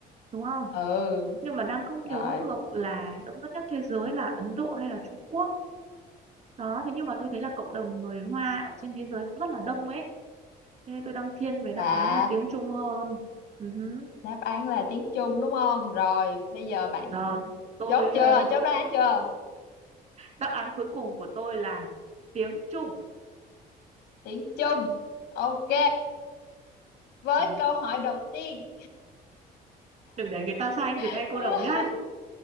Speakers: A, on the right; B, on the left.
A: đúng không
B: ừ,
A: nhưng mà đang không
B: rồi.
A: nhớ được là đông dân nhất thế giới là Ấn Độ hay là Trung Quốc đó thế nhưng mà tôi thấy là cộng đồng người Hoa ở trên thế giới cũng rất là đông ấy thế nên tôi đang thiên
B: Và
A: về đáp án là tiếng Trung hơn Ừ hứ.
B: đáp án là tiếng Trung đúng không? Rồi, bây giờ bạn
A: rồi tôi
B: chốt
A: ờ,
B: chưa? Chốt đáp án chưa?
A: đáp án cuối cùng của tôi là tiếng Trung
B: Tiếng Trung. Ok, với
A: rồi đừng
B: câu hỏi đầu tiên.
A: đừng để người ta sai anh từ
B: <laughs>
A: ngay câu đầu nhá